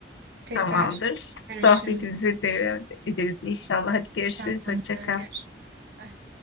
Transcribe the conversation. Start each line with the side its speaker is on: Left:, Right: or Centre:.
Right: tekrar
Left: Tamamdır.
Right: görüşürüz.
Left: Sohbetimizi devam ederiz inşallah. Hadi görüşürüz.
Right: Tamamdır.
Left: Hoşça kal.
Right: Görüşürüz. Bye.